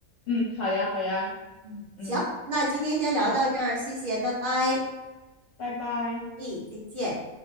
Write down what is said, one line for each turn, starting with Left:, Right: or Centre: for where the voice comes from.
Left: 嗯，好呀好呀，
Right: 嗯，
Left: 嗯，
Right: 行，那今天先聊到这儿，
Left: 好，
Right: 谢谢，拜拜，
Left: 拜拜。
Right: 诶，再见。